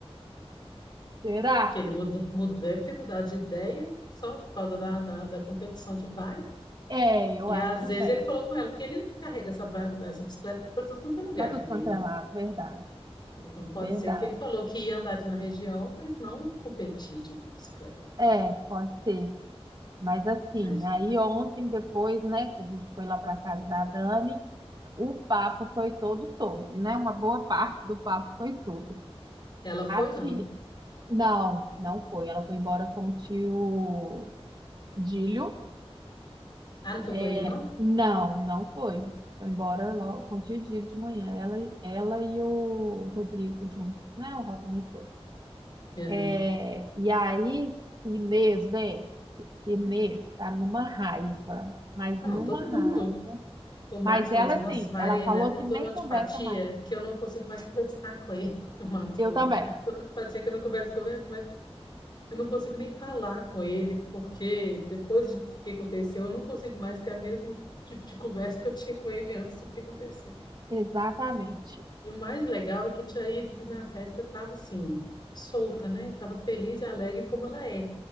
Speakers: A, on the right; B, on the left.
A: Será?
B: Porque ele muda, muda- deve ter mudado de ideia só por causa da, da, da competição de bike.
A: É, eu
B: E
A: acho
B: às
A: também.
B: vezes ele falou com ela, porque ele carrega essa, ba- essa bicicleta para todo quanto é lugar
A: Para tudo
B: também,
A: quanto
B: né?
A: é lado, verdade,
B: Então pode
A: verdade.
B: ser que ele falou que ia andar de- na região, mas não competir de bicicleta.
A: É, pode ser. Mas assim,
B: Imagina.
A: aí ontem depois, né, que a gente foi lá para casa da Dani, o papo foi todo sobre, né? Uma boa parte do papo foi sobre.
B: Ela foi,
A: A tia...
B: não, né?
A: Não, não foi. Ela foi embora com o tio Dílio.
B: Ah, não foi
A: É,
B: com ele, não?
A: não, não foi. Foi embora logo com o dia de manhã. Ela, e- ela e o Rodrigo juntos, né? O Ró também foi.
B: Aham.
A: É, e aí, Inês, gente, Inês tá numa raiva, mas
B: Não,
A: numa
B: todo mundo.
A: raiva.
B: O Marcos
A: Mas
B: falou
A: ela,
B: assim: Nossa,
A: sim,
B: Marina,
A: ela falou
B: eu
A: que
B: tô
A: nem
B: numa antipatia
A: conversa mais.
B: que eu não consigo mais conversar com ele. <laughs> O Marcos
A: Eu
B: falou:
A: também,
B: Tô numa antipatia que eu não converso com ele, Eu não consigo nem falar com ele, porque depois de- do que aconteceu, eu não consigo mais ter o mesmo tipo de conversa que eu tinha com ele antes do que aconteceu.
A: exatamente.
B: E o mais legal é que a Tia Iris na festa estava assim, solta, né? Tava feliz e alegre como ela é.